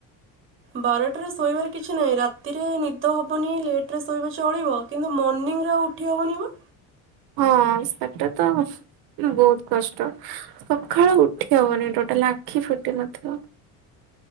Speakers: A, on the right; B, on the right.
A: ବାରଟାରେ ଶୋଇବାର କିଛି ନାହିଁ ରାତିରେ ନିଦ ହବନି ଲେଟ ରେ ଶୋଇଲେ ଚଳିବ।। କିନ୍ତୁ ମର୍ନିଙ୍ଗ ଆଉ ଉଠି ହବନି ବା।
B: ହଁ ସେଟା ତ ବହୁତ କଷ୍ଟ। ସକାଳୁ ଉଠି ହବନି ଟୋଟାଲ ଆଖି ଫିଟୁ ନଥିବ।